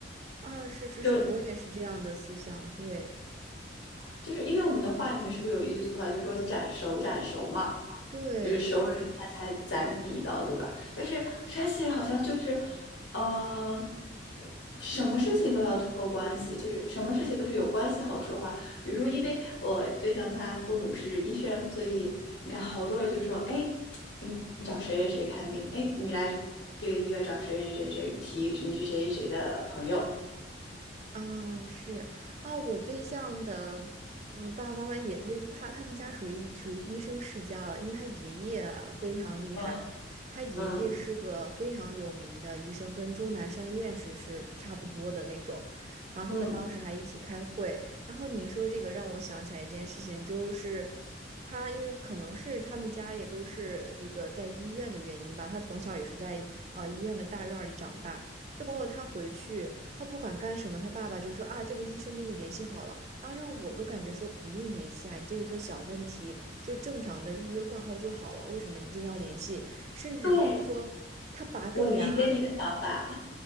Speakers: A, on the right; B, on the left.
A: 啊，是是是，
B: 就
A: 我也是这样的思想，对
B: 就是因为我们的话里面是不是有一句俗话，就是说斩熟斩熟嘛，
A: 对，
B: 就是熟人才才斩你一刀，对吧？但是山西人好像就是，呃，什么事情都要托关系，就是什么事情都是有关系好说话。比如说，因为我对象他父母是医生，所以你看好多人就说，哎，你你找谁谁谁看病，哎，你来这个医院找谁谁谁谁提你是谁谁谁的朋友，
A: 啊，是啊，我对象的嗯爸爸妈妈也那他他们家属于属于医生世家了，因为他爷爷啊非常厉害，
B: 嗯
A: 他爷爷是个非常有名的医生，
B: 嗯
A: 跟钟南山院士是差不多的那种。然后他们当时还一起开会，
B: 嗯，
A: 然后你说这个让我想起来一件事情，就是他因为可能是他们家也都是这个在医院的原因吧，他从小也是在呃医院的大院儿里长大。就包括他回去，他不管干什么，他爸爸就说啊，这个医生跟你联系好了，然后让我都感觉说不用联系啊，你这一个小问题就正常的预约挂号就好了，为什么一定要联系？甚至就是说他拔个牙。
B: 对，我理解你的想法。